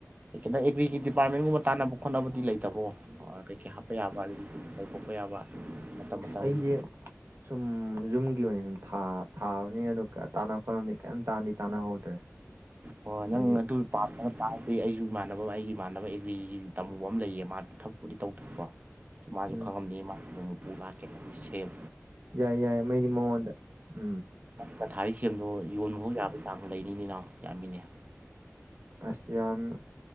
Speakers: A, on the right; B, on the right.
A: ꯀꯩꯅꯣ ꯑꯦꯒ꯭ꯔꯤ ꯗꯤꯄꯥꯔꯠꯃꯦꯟꯒꯨꯝꯕ ꯇꯥꯟꯅꯕ ꯈꯣꯠꯅꯕꯕꯨꯗꯤ ꯂꯩꯇꯕꯣ ꯀꯩꯀꯩ ꯍꯥꯞꯄ ꯌꯥꯕ ꯑꯗꯒꯤ ꯀꯧꯊꯣꯛꯄ ꯌꯥꯕ ꯃꯇꯝ ꯃꯇꯝꯒꯤ
B: ꯑꯩꯁꯦ ꯁꯨꯝ ꯌꯨꯝꯒꯤ ꯑꯣꯏꯅ ꯁꯨꯝ ꯊꯥꯕꯅꯤꯅ ꯑꯗꯨ ꯇꯥꯟꯅ ꯈꯣꯠꯅꯕꯗꯤ ꯀꯔꯤꯝ ꯇꯥꯟꯅꯗꯤ ꯇꯥꯟꯅꯍꯧꯗ꯭ꯔꯦ
A: ꯍꯣꯏꯣꯏ
B: ꯍꯥꯏꯗꯤ
A: ꯅꯪ ꯑꯗꯨ ꯄꯥꯝꯗꯕ ꯇꯥꯔꯗꯤ ꯑꯩꯁꯨ ꯏꯃꯥꯟꯅꯕ ꯑꯩꯒꯤ ꯏꯃꯥꯟꯅꯕ ꯑꯦꯒ꯭ꯔꯤꯒꯤ ꯇꯝꯃꯨꯕ ꯑꯃ ꯂꯩꯌꯦ ꯃꯥ ꯊꯕꯛꯄꯨꯗꯤ ꯇꯧꯗꯦꯀꯣ ꯃꯥꯁꯨ
B: ꯎꯝ
A: ꯈꯪꯉꯝꯅꯤ ꯃꯥ ꯑꯩꯣꯏ ꯃꯄꯨ ꯂꯥꯛꯀꯦ ꯁꯦꯝ
B: ꯌꯥꯏꯌꯦ ꯌꯥꯏꯌꯦ ꯃꯩꯗꯤ ꯃꯉꯣꯟꯗ ꯎꯝ
A: ꯀꯊꯥꯔꯤ ꯁꯦꯝꯗꯣ ꯌꯣꯟꯕꯐꯥꯎ ꯌꯥꯕ ꯆꯥꯡ ꯂꯩꯅꯤꯅꯤꯅꯎ ꯌꯥꯝꯃꯤꯅꯦ
B: ꯑꯁꯤꯌꯥꯝ